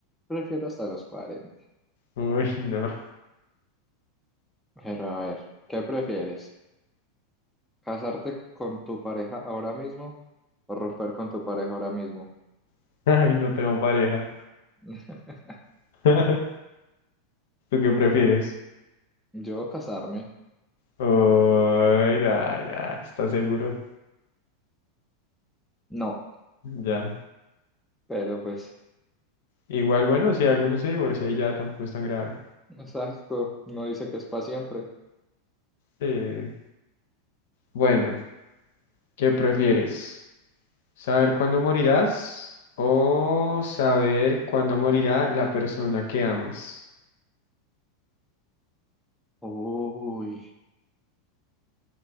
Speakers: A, in the centre; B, on the left.
A: Prefiero hasta los cuarenta
B: uy, no,
A: Pero a ver, ¿qué prefieres? ¿Casarte con tu pareja ahora mismo o romper con tu pareja ahora mismo?
B: <laughs> ay, no tengo pareja.
A: <laughs>
B: <laughs> ¿Tú qué prefieres?
A: Yo casarme,
B: Uy, ya, ya, está seguro.
A: no,
B: Ya.
A: pero pues,
B: Igual, bueno, si alguno se divorcia y ya tampoco es tan grave.
A: exacto, no dice que es para siempre.
B: Sí. Bueno, ¿qué prefieres? ¿Saber cuándo morirás o saber cuándo morirá la persona que amas?
A: Uy,